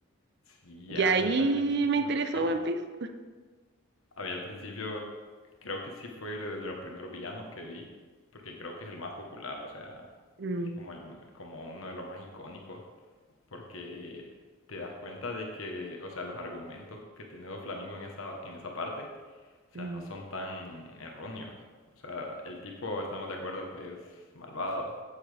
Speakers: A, on the left (about 75°); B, on the right (about 55°).
A: Sí,
B: Y
A: a
B: ahí
A: mí al principio,
B: me interesó
A: ajá.
B: One Piece.
A: A mí al principio creo que sí fue de de los primeros villanos que vi, porque creo que es el más popular, o sea,
B: Mm,
A: es como, el, como uno de los más icónicos, porque te das cuenta de que, o sea, los argumentos que tiene Doflamingo en esa, en esa parte, o
B: mm,
A: sea, no son tan erróneos. O sea, el tipo estamos de acuerdo que es malvado,